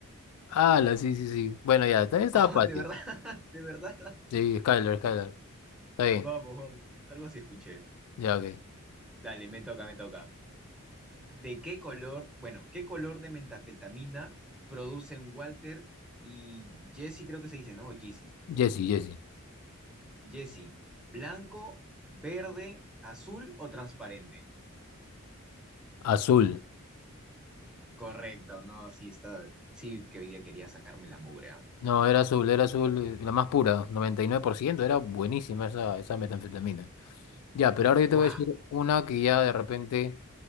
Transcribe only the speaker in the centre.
Oh,
de verdad, <laughs> de verdad.
Vamos, vamos. Algo así escuché.
Dale, me toca, me toca. ¿De qué color, bueno, qué color de mentafetamina producen Walter y Jesse, creo que se dice, ¿no? O Jesse.
Jesse, ¿blanco, verde, azul o transparente?
Correcto, no, sí está, sí que hoy día quería sacarme la mugre, ¿ah?
Guau,